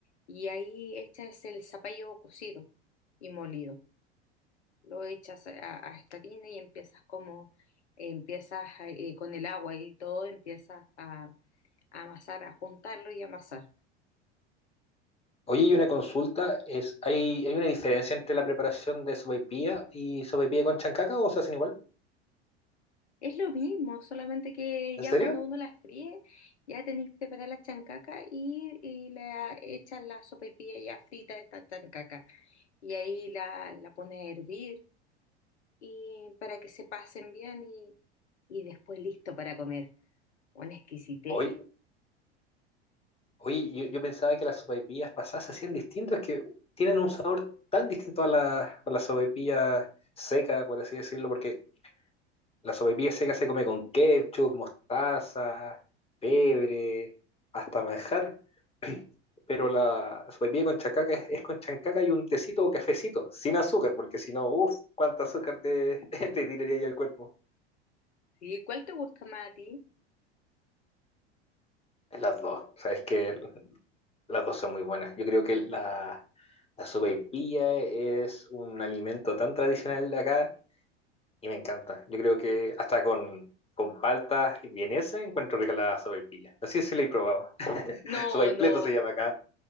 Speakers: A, on the left; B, on the left.
A: y ahí echas el zapallo cocido y molido. Lo echas a, a esta harina y empiezas como, empiezas a- eh, con el agua y todo, empiezas a, a amasar, a juntarlo y amasar.
B: Oye, y una consulta, es, ¿hay, hay una diferencia entre la preparación de sopaipilla y sopaipilla con chancaca o se hacen igual?
A: Es lo mismo, solamente que
B: ¿En
A: ya
B: serio?
A: cuando uno la fríe, ya tenéis que preparar la chancaca y, y la echas la sopaipilla ya frita de esta chancaca. Y ahí la, la pones a hervir y para que se pasen bien y, y después listo para comer. Una exquisitez.
B: Oye, Oye, yo, yo pensaba que las sopaipillas pasadas se hacían distintas, es que tienen un sabor tan distinto a la, a la sopaipilla seca, por así decirlo, porque la sopaipilla seca se come con ketchup, mostaza, pebre, hasta manjar, <clears throat> pero la sopaipilla con chancaca es, es con chancaca y un tecito o cafecito, sin azúcar, porque si no, uff, cuánta azúcar te, <laughs> te tiraría ahí al cuerpo.
A: ¿Y cuál te gusta más a ti?
B: Las dos, sabes que Las dos son muy buenas. Yo creo que la, la sopaipilla es un alimento tan tradicional de acá y me encanta. Yo creo que hasta con, con palta y vienesa encuentro rica la sopaipilla. No sé si la he probado. <laughs>
A: No,
B: Sopaipleto
A: no.
B: se llama acá.